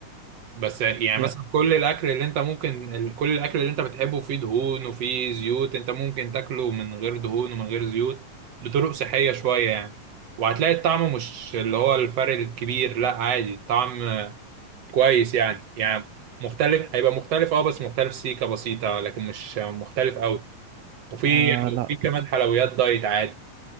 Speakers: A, on the right; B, on the right.
A: بس يعني
B: يا-
A: مثلا كل الاكل اللي انت ممكن ال- كل الاكل اللي انت بتحبه فيه دهون وفيه زيوت انت ممكن تاكله من غير دهون ومن غير زيوت بطرق صحيه شويه يعني وهتلاقي الطعم مش اللي هو الفرق الكبير لا عادي الطعم كويس يعني يعني مختلف هيبقى مختلف اه بس مختلف سيكة بسيطة لكن مش مختلف قوي وفي
B: آه لا
A: وفي كمان حلويات دايت عادي